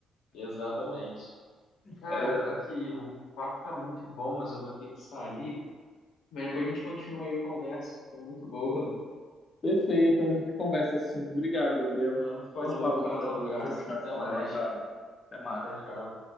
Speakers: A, on the left; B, on the left.
A: Exatamente. Cara,
B: É,
A: aqui o papo tá muito bom, mas eu vou ter que sair. Mas depois a gente continua aí a conversa. Foi muito boa.
B: perfeito, a gente conversa assim. Obrigado, Gabriel.
A: Ah, Falou,
B: Vai se falando
A: cara. Um
B: aí.
A: abraço.
B: Tchau, tchau.
A: Até mais.
B: Um abraço. Até mais.
A: Tchau, tchau.